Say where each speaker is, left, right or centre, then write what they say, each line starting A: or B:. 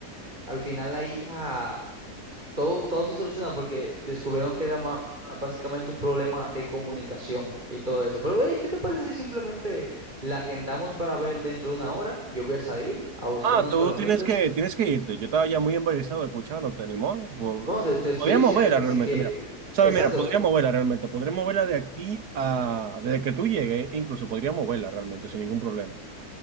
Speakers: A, on the right (about 30°); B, on the right (about 80°).
A: al final la hija, todo, todo se solucionó porque descubrieron que era más, básicamente un problema de comunicación y todo eso. Pero, hey, ¿qué te parece si simplemente la agendamos para ver dentro de una hora? Yo voy a salir a buscar
B: Ah,
A: unas
B: tú
A: palomitas.
B: tienes que, tienes que irte. Yo estaba ya muy embarazado escuchándote, ni modo. Po-
A: Bueno, te, te estoy
B: Podríamos
A: diciendo
B: verla
A: que
B: realmente,
A: sí, que...
B: mira.
A: eh,
B: ¿Sabes?
A: Exacto,
B: Mira, podríamos
A: que-
B: verla realmente. Podríamos verla de aquí a... Desde que tú llegues, incluso podríamos verla realmente sin ningún problema.